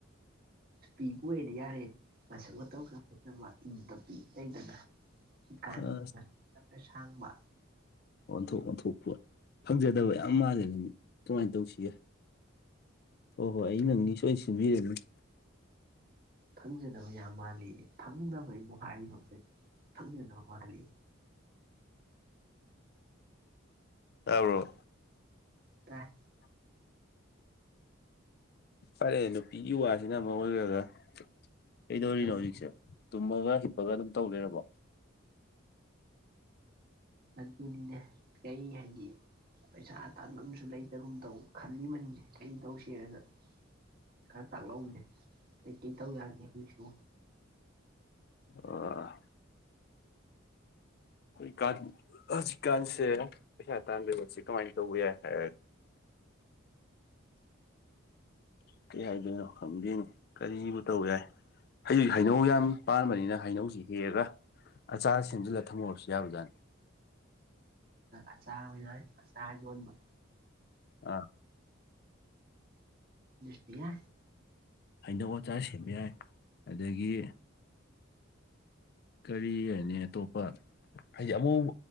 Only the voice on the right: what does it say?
ꯄꯤꯕꯨ ꯌꯥꯔꯦ ꯃꯁꯛ ꯃꯇꯧ ꯈ ꯐꯖꯕ ꯏꯪ ꯇꯞꯄꯤ ꯂꯩꯗꯅ ꯀꯥꯅꯤ
ꯁꯥꯡꯕ
ꯐꯪꯖꯗꯕ ꯌꯥꯝ ꯃꯥꯜꯂꯤ ꯐꯪꯅꯕ ꯏꯕꯨ ꯍꯥꯏꯔꯤꯕ ꯃꯈꯩ ꯐꯪꯖꯗꯕ ꯃꯥꯜꯂꯤ
ꯇ
ꯑ
ꯑꯗꯨꯅꯤꯅꯦ ꯀꯩ ꯍꯥꯏꯗꯤ ꯄꯩꯁꯥ ꯇꯥꯟꯕꯝꯁꯨ ꯂꯩꯇꯒꯨꯝ ꯇꯧ ꯈꯜꯂꯤꯕꯅꯤꯅꯦ ꯀꯩ ꯇꯧꯁꯦꯅꯅ ꯈꯔ ꯇꯥꯛꯂꯧꯕꯅꯦ ꯀꯩ ꯀꯩ ꯇꯧ ꯌꯥꯒꯦ ꯍꯧꯖꯤꯛꯁꯨ
ꯑꯁ ꯅꯤꯡꯉꯥꯏ ꯑꯁꯤ ꯌ‌ꯣꯜꯕ
ꯁꯇꯌꯥ